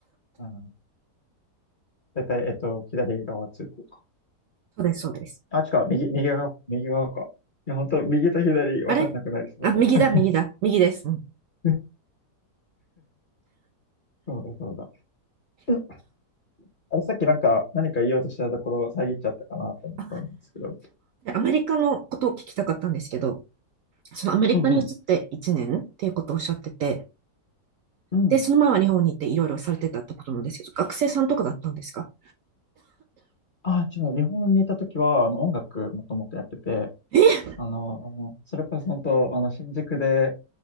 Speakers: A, on the left; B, on the right.
A: うん大体、えっと、左側通行か。
B: そうです、そうです。
A: あ、違う、右、右側、右側か。いや、本当右と左分かんなくなりそう。
B: あれあ、右だ、右だ、右です。うん。
A: <laughs> そうだ、そうだ。うんあれ、さっきなんか、何か言おうとしたところ、遮っちゃったかなと思ったんですけど。
B: あ、でアメリカのことを聞きたかったんですけど、そのアメリカに移って1年っていうことをおっしゃってて、
A: うんうん。うん
B: で、その前は日本に行っていろいろされてたってことなんですけど、学生さんとかだったんですか
A: ああ、違う。日本にいた時は、あの、音楽もともとやってて、
B: え、
A: あの、あの、それこそ本当、あの、新宿で、